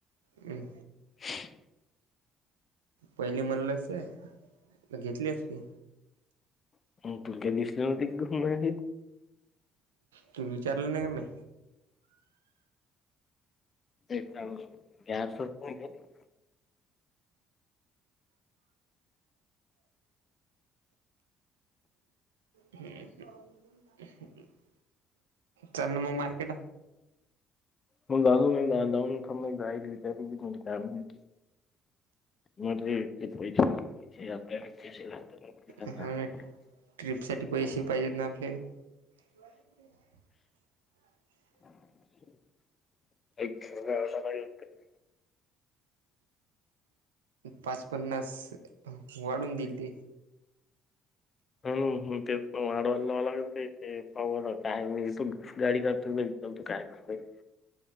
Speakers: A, on the right; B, on the left.
A: हम्म.
B: ह
A: पहिले म्हणलंस हे घेतली असती.
B: हम्म तुल काय दिसले नव्हते की घुम आहे.
A: तु विचारले नाय क मे
B: <unintelligible>
A: हम्म हम्म. <unintelligible> चलनं मग मार्केट.
B: <unintelligible> <unintelligible>
A: हा ट्रिपसाठी पैसे पाहिजेत ना आपल्याले. ब <inaudible>
B: <unintelligible>
A: पाच पन्नास वाढून दिलती.
B: हम्म हम्म तेच पण वाडवा लावा लागल ते पाववडा काय म इथून गाडी जातोय बाई. चल तू काय फायदा आहे.